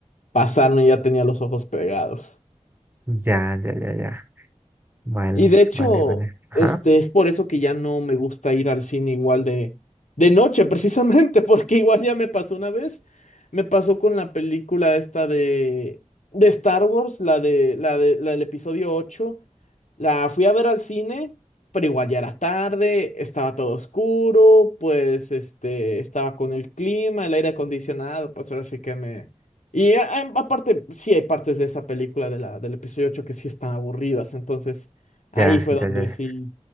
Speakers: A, on the left; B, on the right.
A: pasaron y ya tenía los ojos pegados.
B: Ya, ya, ya, ya. Vale,
A: Y de hecho,
B: vale, vale. Ajá.
A: este, es por eso que ya no me gusta ir al cine igual de, de noche, precisamente, <laughs> porque igual ya me pasó una vez. Me pasó con la película esta de, de Star Wars, la de, la de, la del episodio ocho La fui a ver al cine, pero igual ya era tarde, estaba todo oscuro, pues este, estaba con el clima, el aire acondicionado, pues ahora sí que me... Y a- a- aparte, sí hay partes de esa película de la, del episodio 8 que sí están aburridas, entonces Ahí
B: Ya,
A: fue
B: ya,
A: donde
B: ya.
A: sí.